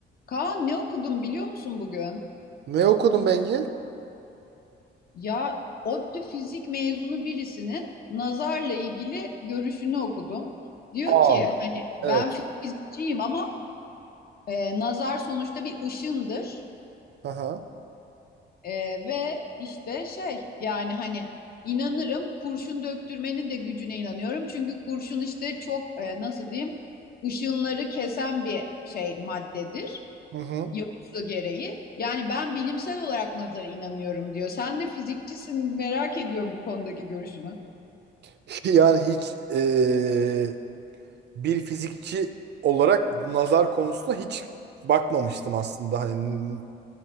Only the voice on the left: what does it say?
Kaan ne okudum biliyor musun bugün?
Ya ODTÜ fizik mezunu birisinin nazarla ilgili görüşünü okudum. Diyor
ki hani ben
fizikçiyim ama e, nazar sonuçta bir ışındır
E, ve işte şey yani hani inanırım kurşun döktürmenin de gücüne inanıyorum. Çünkü kurşun işte çok e, nasıl diyeyim ışınları kesen bir şey maddedir.
yapısı gereği. Yani ben bilimsel olarak nazara inanıyorum diyor. Sen de fizikçisin, merak ediyorum bu konudaki görüşünü.